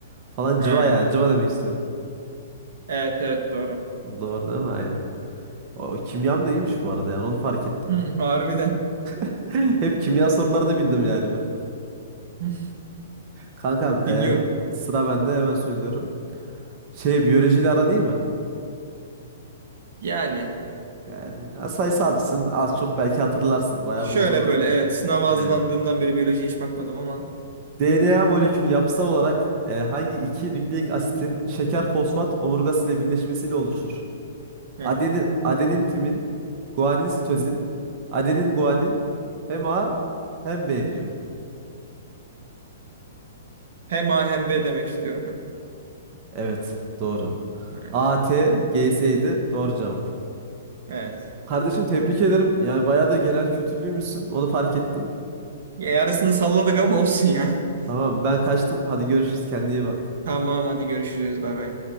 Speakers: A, on the right; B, on the right.
A: falan cıva
B: Ha.
A: yani cıva demek istiyorum.
B: Evet evet doğru.
A: Doğru değil mi? Aynen. O, kimyam da iyiymiş bu arada yani onu fark ettim.
B: Hı, harbiden.
A: <laughs> Hep kimya sorularını bildim yani ben.
B: <laughs> Hı.
A: Kankam
B: Dinliyorum.
A: e, sıra bende hemen söylüyorum. Şey biyolojiyle aran iyi mi?
B: Yani
A: Yani ya sayısalcısın az çok belki hatırlarsın. Bayağı
B: şöyle
A: uzun zaman
B: böyle
A: olmuşsun.
B: evet sınava
A: Aynen.
B: hazırlandığımdan beri biyolojiye hiç bakmadım ama.
A: DNA molekülü yapısal olarak e, hangi iki nükleik asitin şeker fosfat omurgası ile birleşmesiyle oluşur?
B: Heh.
A: Adeni, adenin timin, guanin sitozin, adenin guanin hem A hem B diyor.
B: Hem A hem B demek istiyorum ben.
A: Evet doğru.
B: Hı.
A: A T AT, GS'ydi. Doğru cevap.
B: Evet.
A: Kardeşim tebrik ederim. Yani bayağı da genel kültürlüymüşsün. Onu fark ettim.
B: Ya, yarısını salladık ama olsun ya. <laughs>
A: Tamam ben kaçtım. Hadi görüşürüz. Kendine iyi bak.
B: Tamam hadi görüşürüz bay bay.